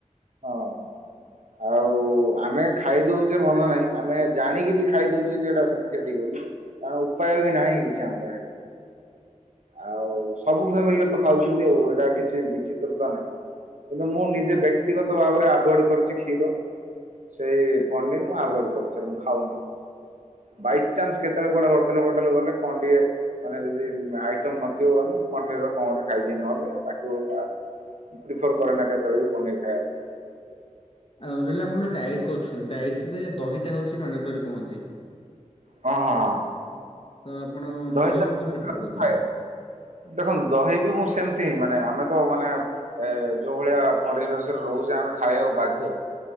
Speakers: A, on the right; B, on the left.
A: ହଁ। ଆଉ ଆମେ ଖାଇ ଦଉଛେ ମନା ନାହିଁ ଆମେ ଜାଣିକି ବି ଖାଇ ଦଉଛେ ଯେଟା ସିନ୍ଥେଟିକ୍ ବୋଲି। ଆଉ ଉପାୟ ବି ନାହି କିଛି ଆମ ପାଖରେ। ଆଉ ସବୁ ଫାମିଲି ରେ ତ ଖାଉଛନ୍ତି ଆଉ ଏଇଟା କିଛି ବିଚିତ୍ରତା ନାହିଁ। କିନ୍ତୁ ମୁଁ ନିଜେ ବ୍ୟକ୍ତିଗତ ଭାବରେ ଆଭୋଡ କରିଛି କ୍ଷୀର। ସେଇ ପନିର ମୁଁ ଆଭଏଡ କରୁଛି ମୁ ଖାଉନି ବାଇଚନ୍ସ କେତେ କେତେକ କୁଆଡେ ହୋଟେଲ ଫୋଟେଲ ଗଲେ କଣ ଟିକେ ମାନେ ଯଦି ଆଇଟମ୍ ନଥିବ ଭଲ ପନିର ର କଣ ଗୋଟେ ଖାଇଦିଏ ନହେଲେ ବାକି ଭଳି ପ୍ରିଫର୍ କରେ ନା କେତେବେଳେ ପନିର ଖାଇବା ପାଇଁ।
B: ଆଉ ରହିଲଲେ ଆପଣ ଡାଇଟ୍ କରୁଛନ୍ତି ଡାଇଟ୍ ରେ ଦହି ଟା ହଉଛି ମଣ୍ଡେଟୋରି କୁହନ୍ତି।
A: ହଁ ହଁ ହଁ।
B: ତ ଆପଣ
A: ଦହି
B: ଦହିକୁ କେମିତି ପ୍ରିଫର୍ କରୁଛନ୍ତି?
A: ଖାଏ ଦେଖନ୍ତୁ ଦହି ବି ମୁଁ ସେମିତି ହିଁ ମାନେ ଆମେ ତ ମାନେ ଏ ଯୋଉ ଭଳିଆ ପରିବେଶରେ ରହୁଛେ ଆମେ ଖାଇବାକୁ ବାଧ୍ୟ।